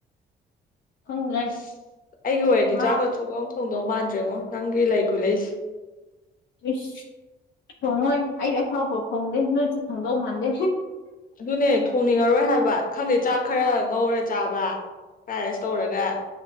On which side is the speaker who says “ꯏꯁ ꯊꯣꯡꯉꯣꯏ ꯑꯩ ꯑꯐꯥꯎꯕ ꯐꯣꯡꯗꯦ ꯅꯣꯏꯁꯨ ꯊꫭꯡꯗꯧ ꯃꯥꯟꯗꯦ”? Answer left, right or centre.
Left